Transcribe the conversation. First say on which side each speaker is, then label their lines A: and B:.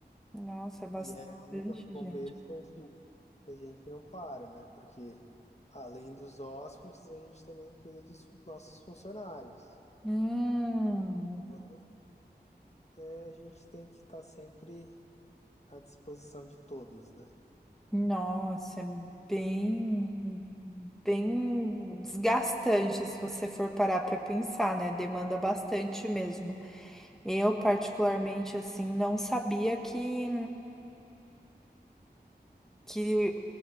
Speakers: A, in the centre; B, on the left.
A: nossa, é bastante
B: E aí, os bombeiros,
A: gente.
B: a gente, a gente não para, né? Porque além dos hóspedes, a gente também cuida dos fu- nossos funcionários.
A: Hum,
B: Então, é, a gente tem que estar sempre à disposição de todos, né?
A: nossa, é bem bem desgastante se você for parar para pensar, né? Demanda bastante mesmo. Eu, particularmente, assim, não sabia que, que